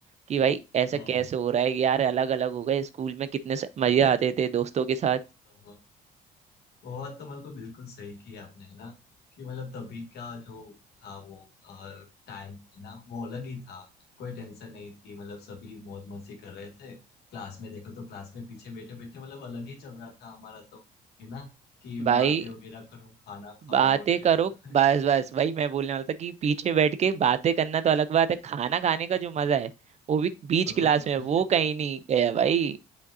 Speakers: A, on the right; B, on the left.
A: कि भाई ऐसा
B: हाँ,
A: कैसे
B: हाँ।
A: हो रहा है यार अलग अलग हो गए स्कूल में कितने स- मजे
B: <laughs>
A: आते थे दोस्तों के साथ
B: हाँ, हाँ। बहुत तो मतलब बिल्कुल सही किया आपने है ना कि मतलब तभी का जो था वो टाइम है ना वो अलग ही था कोई टेंशन नहीं थी मतलब सभी मौज मस्ती कर रहे थे क्लास में देखो तो क्लास में पीछे बैठे बैठे मतलब अलग ही चल रहा था हमारा तो है ना कि
A: भाई
B: बातें वगैरह करो खाना खाओ
A: बातें
B: और क्या
A: करो
B: <laughs>
A: बस बस वही मैं बोलने वाला था कि पीछे बैठ के बातें करना तो अलग बात है खाना खाने का जो मजा है वो भी बीच
B: हाँ
A: क्लास में
B: <laughs>
A: वो कहीं नहीं गया भाई